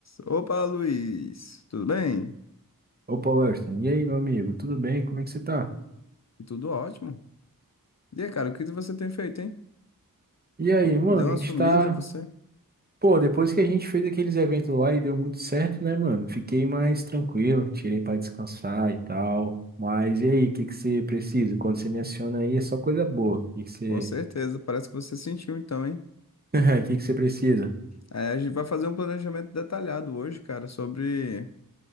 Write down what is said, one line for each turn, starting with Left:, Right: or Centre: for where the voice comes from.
Left: Opa, Luiz, tudo bem?
Right: Opa, Welston. E aí, meu amigo, tudo bem? Como é que você tá?
Left: Tudo ótimo. E aí, cara, o que você tem feito, hein?
Right: E aí,
Left: Deu
Right: mano,
Left: uma
Right: a gente
Left: sumida,
Right: tá.
Left: você?
Right: Pô, depois que a gente fez aqueles eventos lá e deu muito certo, né, mano? Fiquei mais tranquilo, tirei pra descansar e tal. Mas e aí, o que que você precisa? Quando você me aciona aí, é só coisa boa. O que que você.
Left: Com certeza, parece que você sentiu então, hein?
Right: <laughs> O que que você precisa?
Left: É, a gente vai fazer um planejamento detalhado hoje, cara, sobre